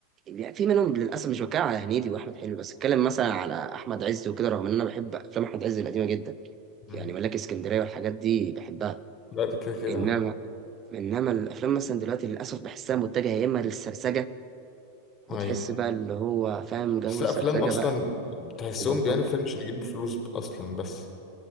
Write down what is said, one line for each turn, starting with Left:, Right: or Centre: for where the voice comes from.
Right: يعني في منهم للاسف مش بتكلم على هنيدي واحمد حلمي بس اتكلم مثلا على احمد عز وكده رغم ان انا بحب افلام احمد عز القديمه جدا
Left: مم.
Right: يعني ملاك اسكندريه والحاجات دي بحبها
Left: لا ده كده كده
Right: انما انما الافلام مثلا دلوقتي للاسف بحسها متجهه يا اما للسرسجه وتحس
Left: ايوه
Right: بقى اللي هو فاهم جو
Left: بس افلام
Right: السرسجه
Left: اصلا
Right: بقى
Left: تحسهم
Right: وبلطجه
Left: بيعملوا فيلم عشان يجيبوا فلوس اصلا بس